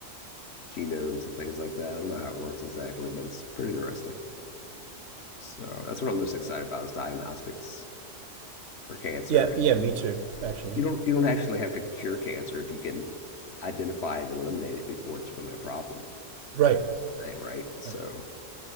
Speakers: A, on the left; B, on the right.
A: genomes and things like that. I don't know how it works exactly, but it's pretty interesting. So that's what I'm most excited about is diagnostics for cancer.
B: Yeah, yeah, me too, actually.
A: You don't you don't actually have to cure cancer if you can identify it and eliminate it before it's really a problem
B: Right,
A: thing, right? So,
B: right.